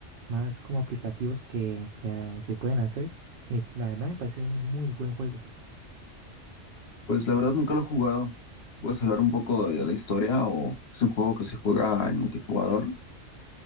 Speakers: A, on the right (about 60°); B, on the left (about 60°).
A: más como aplicativos que, que, ah, se pueden hacer. Y la verdad me parece un muy buen juego.
B: Pues la verdad nunca lo he jugado. ¿Puedes hablar un poco de la historia o es un juego que se juega en multijugador?